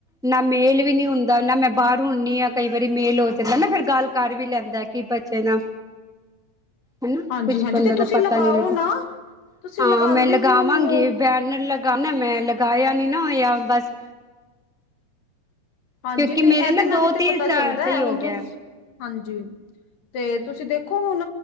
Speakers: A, in the centre; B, on the left (about 70°).
A: ਨਾ ਮੇਲ ਵੀ ਨੀ ਹੁੰਦਾ ਨਾ, ਮੈਂ ਬਾਹਰ ਹੁੰਨੀ ਆਂ। ਕਈ ਵਾਰੀ ਮੇਲ ਹੋ ਜਾਂਦਾ ਨਾ, ਫੇਰ ਗੱਲ ਕਰ ਵੀ ਲੈਂਦਾ। ਕੀ ਬੱਚੇ ਨਾ ਹਨਾ
B: ਹਾਂਜੀ
A: ਕੁਛ
B: ਹਾਂਜੀ
A: ਬੰਦੇ
B: ਤੇ
A: ਦਾ
B: ਤੁਸੀਂ
A: ਪਤਾ
B: ਲਗਾਓ
A: ਨੀ ਲੱਗਦਾ।
B: ਨਾ ਤੁਸੀਂ
A: ਹਾਂ
B: ਲਗਾਉਂਦੇ
A: ਮੈਂ ਲਗਾਵਾਂਗੀ
B: ਕਿਉਂ ਨੀ ਹੋ
A: ਬੈਨਰ ਲਗਾਨੈ ਮੈਂ ਲਗਾਇਆ ਨੀ ਨਾ ਹੋਆ, ਬਸ
B: ਹਾਂਜੀ
A: ਕਿਉਂਕਿ
B: ਤੇ
A: ਮੇਰੇ
B: ਇਹਦੇ
A: ਨਾ
B: ਨਾਲ
A: ਦੋ
B: ਹੀ ਤੇ
A: ਤਿੰਨ
B: ਪਤਾ
A: ਸਾਲ
B: ਚੱਲਦਾ
A: ਤੇ ਹੀ
B: ਹੈ ਹੁਣ
A: ਹੋ ਗਿਆ
B: ਤੁਸ ਹਾਂਜੀ, ਤੇ ਤੁਸੀਂ ਦੇਖੋ ਹੁਣ